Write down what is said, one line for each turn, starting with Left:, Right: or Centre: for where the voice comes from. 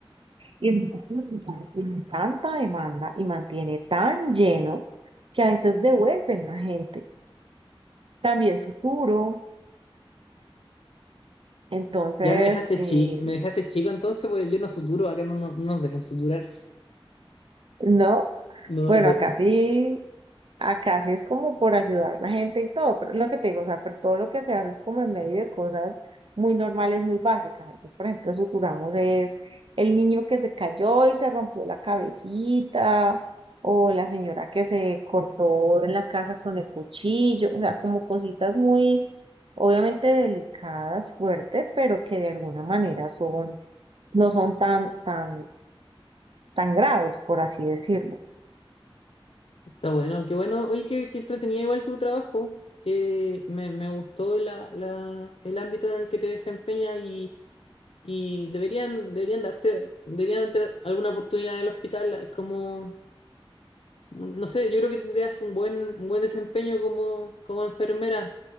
Right: Y el hospital tiene tanta demanda y mantiene tan lleno que a veces devuelven la gente. También su puro. Entonces,
Left: Ya me dejaste
Right: eh,
Left: chi, me dejaste chico entonces, pues yo no suturo, acá no, no, no nos dejan suturar.
Right: no.
Left: No,
Right: Bueno,
Left: no podemos.
Right: acá sí, acá sí es como por ayudar a la gente y todo, pero es lo que te digo, o sea, pero todo lo que se hace es como en medio de cosas muy normales, muy básicas. Entonces, por ejemplo, suturamos es el niño que se cayó y se rompió la cabecita, o la señora que se cortó en la casa con el cuchillo, o sea, como cositas muy, obviamente delicadas, fuertes, pero que de alguna manera son, no son tan, tan, tan graves, por así decirlo.
Left: Está bueno, qué bueno. Oye, qué, qué entretenido igual tu trabajo. Eh, me, me gustó la, la, el ámbito en el que te desempeñas y, y deberían, deberían darte, deberían tener alguna oportunidad en el hospital como, no sé, yo creo que tendrías un buen, un buen desempeño como, como enfermera,